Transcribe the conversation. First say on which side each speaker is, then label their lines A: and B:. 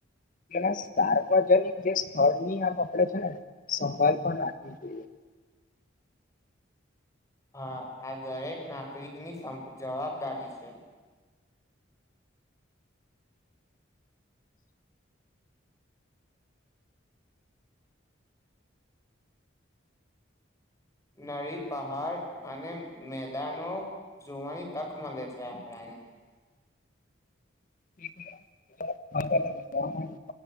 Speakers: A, on the left; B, on the left.
A: એ સાર્વજનિક જે સ્થળની આપ આપડે છેને, સંભળ પણ રાખવી જોઈએ <inaudible>
B: હા, આ દરેક નાગરિક ની જવાબદારી છે. નદિ, પહાડ અને મેદાનો જોવાની તક મળે છે, આપણાને
A: <inaudible> અલગ, અલગ હવા પણ